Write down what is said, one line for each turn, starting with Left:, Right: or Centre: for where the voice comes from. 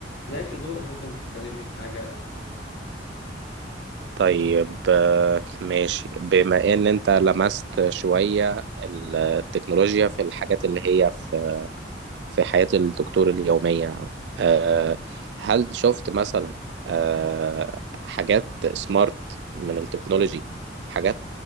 Left: ماشي دورك ممكن تكلمني في حاجة
Right: طيب آه، ماشي بما ان انت لمست شوية ال- التكنولوجيا في الحاجات اللي هي في في حياة الدكتور اليومية آه، هل شفت مثلا آه، حاجات سمارت من التكنولوجي حاجات